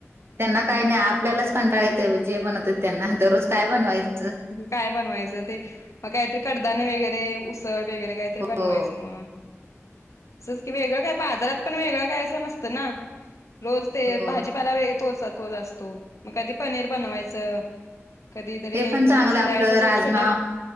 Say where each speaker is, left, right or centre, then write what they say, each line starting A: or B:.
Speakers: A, on the right; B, on the left.
A: त्यांना काय नाही आपल्यालाच कंटाळेत जे बनवत त्यांना दररोज काय बनवायचं.
B: काय बनवायचं ते मग काहीतरी कडदाने वगैरे उसळ वगैरे काहीतरी
A: हो
B: बनवायचं. मग तसंच कि वेगळं काय बाजारात पण वेगळं काय असं नसतं ना. रोज ते
A: हो
B: भाजीपाला वेग तोचा, तोच असतो म कधी पनीर बनवायचं. कधीतरी
A: हे पण
B: म्हणजे
A: चांगलं
B: संध्याकाळचं
A: आपलं
B: असं
A: राजमा.
B: छोले